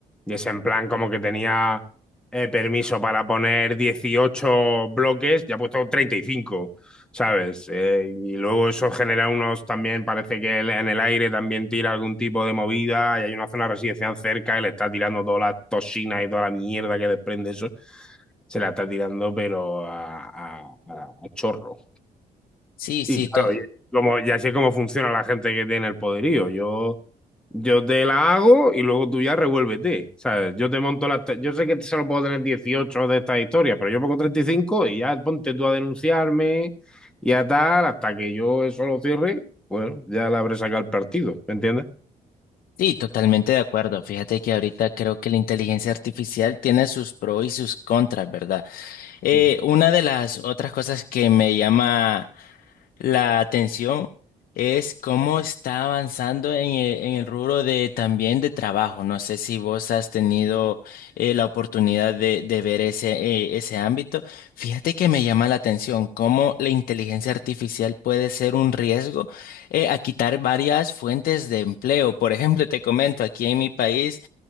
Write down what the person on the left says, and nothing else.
Sí, sí,
to-
sí, totalmente de acuerdo. Fíjate que ahorita creo que la inteligencia artificial tiene sus pros y sus contras, ¿verdad? Eh,
una de las otras cosas que me llama La atención es cómo está avanzando en el, en el rubro de también de trabajo. No sé si vos has tenido eh, la oportunidad de, de ver ese, eh, ese ámbito. Fíjate que me llama la atención cómo la inteligencia artificial puede ser un riesgo eh, a quitar varias fuentes de empleo. Por ejemplo, te comento, aquí en mi país,